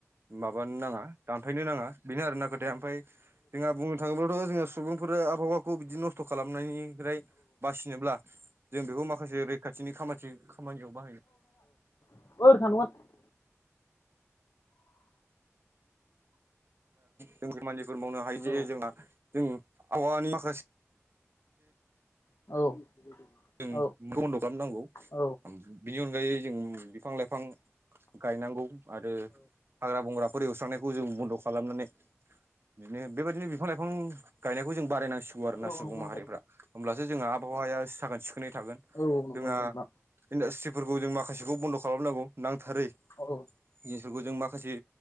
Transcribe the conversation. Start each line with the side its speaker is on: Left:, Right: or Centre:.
Right: माबानो नाङा दानफायनो नाङा बेनो आरोना खोथाया आमफाय जोंहा बुंनो थाङोब्लाथ' जोङो सुबुंफोरा आबहावाखौ बिदि नस्थ' खालामनायनिफ्राय बासिन फिनोब्ला जों बेखौ माखासे रैखाथिनि खामाथि खामानियाव बाहायनो
Left: <unintelligible>
Right: जोंनि मानसिफोर मावनो हायो
Left: औ
Right: जे जोंहा जों आबहानि माखासे
Left: औ
Right: जों
Left: औ
Right: बन्द' खालामनांगौ
Left: औ
Right: बिनि अनगायै जों बिफां-लाइफां गायनांगौ आरो हाग्रा-बंग्राफोर एवस्रांनायखौ जों बन्द' खालामनानै बिदिनो बेबायदिनो बिफा-लाइफां गायनायखौ जों बारायनांसिगौ आरोना
Left: नंगौ
Right: सुबुं माहारिफ्रा
Left: नंगौ
Right: होमब्लासो जोंहा आबहावाया साखोन सिखोनै थागोन
Left: औ
Right: जोंहा
Left: नंगौ नंगौ नोंथां
Right: इन्डास्ट्रिफोरखौ जों माखासेखौ बन्द' खालामनांगौ नांथारै
Left: औ
Right: जिनिसफोरखौ जों माखासे